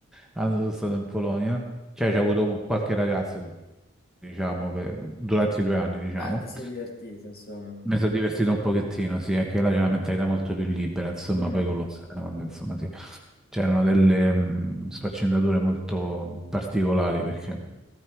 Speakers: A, in the centre; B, on the left (about 50°).
A: quando sono stato in Polonia. Cioè, ci ho avuto qualche ragazza, diciamo, per- durante i due anni, diciamo.
B: Ah, ti sei divertito, insomma.
A: Mi sono divertito un pochettino, sì, è che là c'è una mentalità molto più libera, insomma,
B: Mm,
A: poi con lo stand, insomma, sì. C'erano delle mh, sfaccendature molto particolari perché